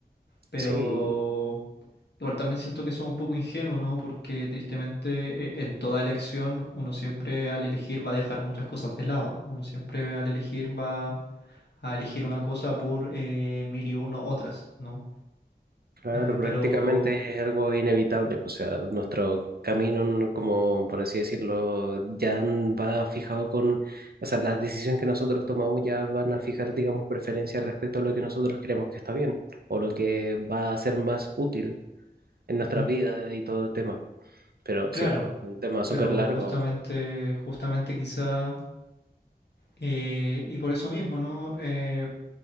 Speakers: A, on the left; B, on the right.
A: pero
B: Sí,
A: Igual también siento que somos un poco ingenuos, ¿no? Porque tristemente eh, en toda elección uno siempre al elegir va a dejar muchas cosas de lado. Uno siempre al elegir va a elegir una cosa por eh, mil y uno otras, ¿no?
B: Claro,
A: Eh,
B: prácticamente
A: pero,
B: es algo inevitable, pues, o sea, nuestro camino, no- como por así decirlo, ya n- va fijado con, o sea, las decisiones que nosotros tomamos ya van a fijar, digamos, preferencias respecto a lo que nosotros creemos que está bien o lo que va a ser más útil en nuestra
A: ujú,
B: vida y todo el tema. Pero
A: claro,
B: sí, un tema súper
A: pero
B: largo.
A: justamente, justamente quizá, eh, y por eso mismo, ¿no? Eh,